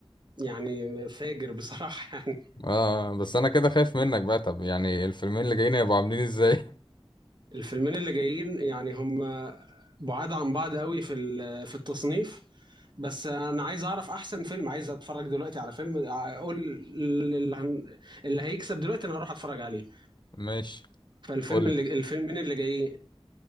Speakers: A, on the right; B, on the left.
A: يعني فاجر بصراحه <laughs> يعني
B: اه بس انا كده خايف منك بقى طب يعني الفيلمين اللي جايين هيبقوا عاملين ازاي
A: الفيلمين اللي جايين يعني هم بعاد عن بعض قوي في ال- في التصنيف بس انا عايز اعرف احسن فيلم عايز اتفرج دلوقتي على فيلم آه، اقول اللي هن- اللي هيكسب دلوقتي انا هروح اتفرج عليه
B: <laughs> ماشي
A: فالفيلم
B: قول
A: اللي
B: لي
A: الفيلمين اللي جايين